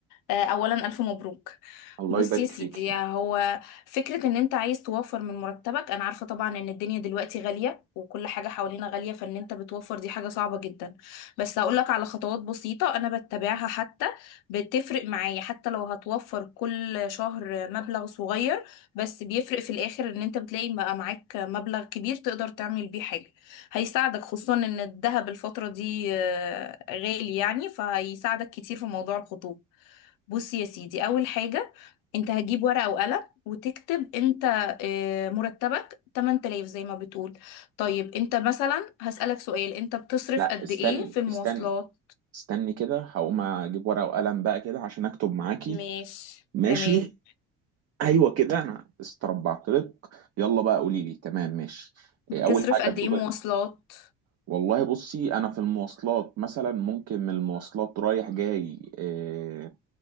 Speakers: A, on the left; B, on the right.
A: آه، اولا الف مبروك
B: الله
A: بص
B: يبارك
A: يا سيدي
B: فيكي
A: هو فكرة ان انت عايز توفر من مرتبك انا عارفة طبعا ان الدنيا دلوقتي غالية وكل حاجة حوالينا غالية فان انت بتوفر دي حاجة صعبة جدا بس هقولك على خطوات بسيطة انا بتبعها حتى بتفرق معايا حتى لو هتوفر كل شهر مبلغ صغير بس بيفرق في الاخر ان انت بتلاقي بقى معاك مبلغ كبير تقدر تعمل بيه حاجة هيساعدك خصوصا ان الذهب الفترة دي آه، غالي يعني فهيساعدك كتير في موضوع الخطوبة بصي يا سيدي اول حاجه انت هتجيب ورقه وقلم وتكتب انت آه، مرتبك 8000 زي ما بتقول طيب انت مثلا هسألك سؤال انت بتصرف
B: لا
A: قد
B: استني
A: ايه في المواصلات
B: استني استني كده هقوم اجيب ورقة وقلم بقى كده عشان اكتب معاكي
A: ماشي
B: ماشي
A: تمام
B: ايوه كده انا استربعت لك يلا بقى قولي لي تمام ماشي
A: بتصرف
B: إيه اول حاجه
A: قد
B: بتبقى
A: ايه مواصلات
B: والله بصي انا في المواصلات مثلا ممكن من المواصلات رايح جاي إيه